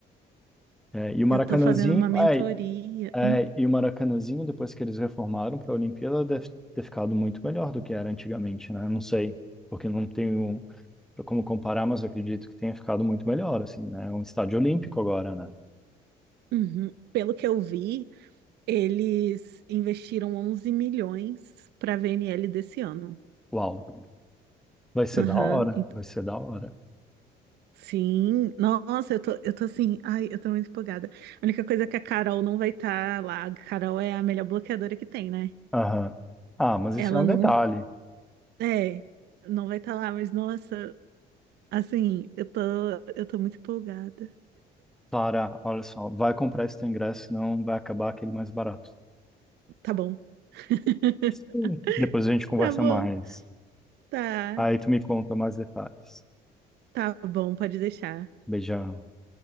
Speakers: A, in the centre; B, on the right (about 75°).
A: É, e o Maracanãzinho,
B: Eu estou fazendo uma mentoria.
A: é,
B: Hum,
A: é, e o Maracanãzinho, depois que eles reformaram para a Olimpíada, deve ter ficado muito melhor do que era antigamente, né? Não sei, porque não tenho como comparar, mas eu acredito que tenha ficado muito melhor, assim, né? É um estádio olímpico agora, né?
B: uhum. Pelo que eu vi, eles investiram 11 milhões para a VNL desse ano.
A: Uau, vai ser
B: Aham,
A: da hora,
B: ent-
A: vai ser da hora.
B: Sim, nossa, eu tô, eu tô assim, ai, eu tô muito empolgada. A única coisa é que a Carol não vai estar lá. A Carol é a melhor bloqueadora que tem, né?
A: Aham. Ah, mas isso
B: Ela
A: é um detalhe.
B: não, é, não vai estar lá, mas nossa, assim, eu tô, eu tô muito empolgada.
A: Clara, olha só, vai comprar esse teu ingresso, senão vai acabar aquele mais barato.
B: Tá bom. <laughs>
A: Sim. Depois a gente conversa
B: Tá bom,
A: mais.
B: tá,
A: Aí tu me conta mais detalhes.
B: tá bom, pode deixar.
A: Beijão.